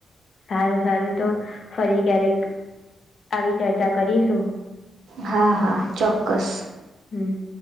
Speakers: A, on the left; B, on the right.
A: સારું સારું તો ફરી ક્યારેક આવી ચર્ચા કરીશું.
B: હા હા ચોક્કસ
A: હમ